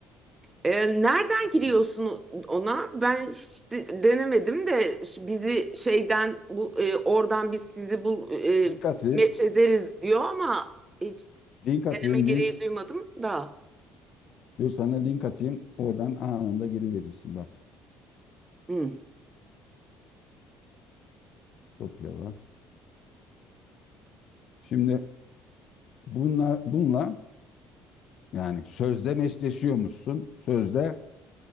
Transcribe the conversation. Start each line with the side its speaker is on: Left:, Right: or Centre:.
Right: E, nereden giriyorsun ona? Ben hiç de- denemedim de ş- bizi şeyden bu e, oradan biz sizi bul e,
Left: Link atayım.
Right: meç ederiz diyor ama hiç
Left: Link atayım
Right: deneme gereği
Left: link.
Right: duymadım da.
Left: Dur sana link atayım. Oradan anında giriverirsin bak.
Right: Hı.
Left: Kopyala. Şimdi bunlar bununla yani sözde meşleşiyormuşsun. Sözde